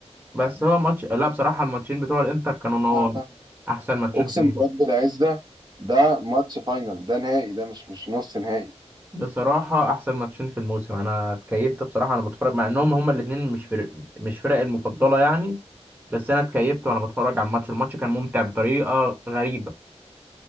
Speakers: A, on the right; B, on the right.
A: بس هو ماتش لا بصراحه الماتشين بتوع الانتر كانوا نور
B: لا لا
A: احسن ماتشين
B: اقسم
A: في الموسم
B: برب العز ده ده ماتش فاينل ده نهائي ده مش مش نص نهائي
A: بصراحه احسن ماتشين في الموسم انا اتكيفت بصراحه انا بتفرج مع انهم هما الاثنين مش فرق مش فرق المفضله يعني بس انا اتكيفت وانا بتفرج على الماتش الماتش كان ممتع بطريقه غريبه